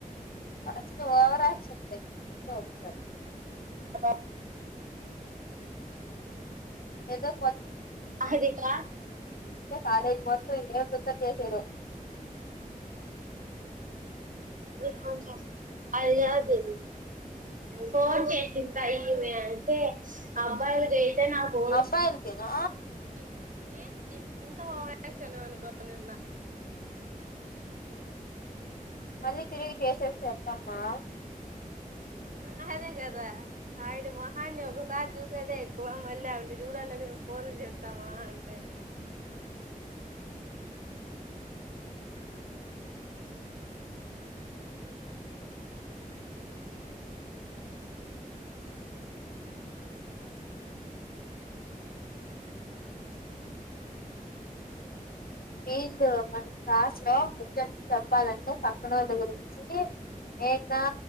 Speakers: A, on the left (about 85°); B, on the right (about 60°).
A: అస్ ఓవరా చింతకి ఓ సార్
B: అబ
A: ఏదో కొ
B: అదికా
A: కాలేజ్ మొత్తం ఏ కుత్త చేసేదో
B: ఫోన్ చే అ లేదు ఫోన్ చేసిస్తాయి ఇవి అంటే అబ్బాయిలకి నా పోన్
A: అబ్బాయిలకేనా
B: దీనికి ఏన్ దీ హ వార ఫషను అనుకోనున్నా
A: మళ్ళీ తిరిగి చేసేస్తే వస్తామ్మా
B: ఆ అదే కదా ఆవిడ మొహాన్ని ఒకసారి చూసేదే ఎక్కువ మళ్ళీ ఆవిన్ని చూడాలని మేము పూర్లు చేస్తామా అంటాడు బబా
A: మీీందు
B: చెప్పాలి
A: మన కాస్లు చెప్ చెప్పాలంటే పక్కనోల్ల దగ్గరనుంచి ఏనా